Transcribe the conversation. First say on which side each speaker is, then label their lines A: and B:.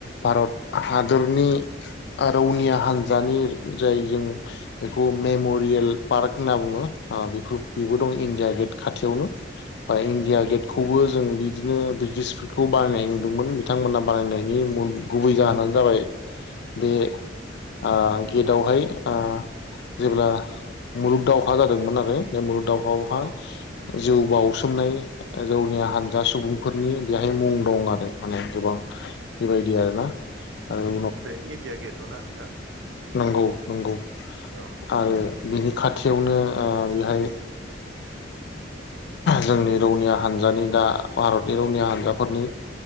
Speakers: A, on the left; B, on the right.
A: भारत हाद दरनि रौनिया हान्जानि जाय जों बेखौ मेमरियेल पार्क होनना बुङो। बेफोर बेबो दं इण्डिया गेट खाथियावनो। बा इण्डिया
B: नंगौ
A: गेटखौबो जों बिदिनो ब्रिटिशफोरखौ बानायनाय नुदोंमोन बिथांमोना बानायनायनि गुबै जाहोनानो जाबाय बे ओ गेटआवहाय ओ जेब्ला मुलुग दावहा जादोंमोन आरो बे मुलुग दावहा बावहा
B: औ नंगौ
A: जौ बासोमनाय जौनिया हानजा सुबुंफोरनि बेहाय मुं दं। माने गोबां बेबायदि आरोना। आरो
B: बे इण्डिया गेटआव ना नोंथां?
A: नंगौ-नंगौ
B: औ
A: आरो बिनि खाथियावनो बेहाय जोंनि रौनिया हानजानि दा भारतनि रौनिया हानजा फोरनि